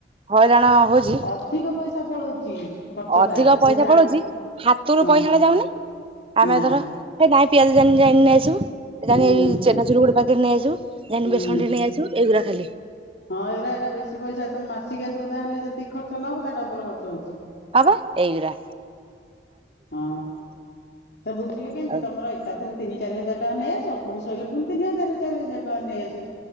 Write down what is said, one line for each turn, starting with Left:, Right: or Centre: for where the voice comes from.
Right: ହଇରାଣ ହଉଛି,
Left: ଅଧିକ ପଇସା ପଳଉଛି ଖର୍ଚ୍ଚ
Right: ଅଧିକ
Left: ଟା ସେ
Right: ପଇସା
Left: ଜାଣେ
Right: ପଳଉଛି। ହାତରୁ
Left: ହଁ
Right: ପଇସା ଟା ଯାଉନି ଆମେ
Left: ନା
Right: ଏଥର ଏ ନାଇଁ ପିଆଜ ଯାଇ ନେଇ ନେଇ ଆସିବୁ, ଯାଉନୁ
Left: ହୁଁ
Right: ଏଇ ଚନାଚୁରୁ ଗୋଟେ ପାକେଟେ ନେଇ ଆସିବୁ। ଜାନି
Left: ହୁଁ।
Right: ବେସନଟେ ନେଇ ଆସିବୁ ଏଇଗୁଡା ଖାଲି।
Left: ହଁ ଏଇରା ଏରା ବେଶୀ ପଇସା ତମେ ମାସିକିଆ ସଉଦା ଆଣିଲେ ଯେତିକି ଖର୍ଚ୍ଚ ନ ହବ ତା ଡବଲ ଖର୍ଚ୍ଚ ହଉଛି।
Right: ହୋ ବା ଏଇ ଗୁଡା।
Left: ହଁ ତ ବୁଝିବେ କେମତି
Right: ଆଉ
Left: ତମର ଏକାଥରେ। ତିନି ଚାରି ହଜାର ଟଙ୍କା ନେଇଆସିବ, ପୁଣି ସରିଲେ ତିନି ହଜାର ଚାରି ହଜାର ଟଙ୍କା ନେଇଆସିବ।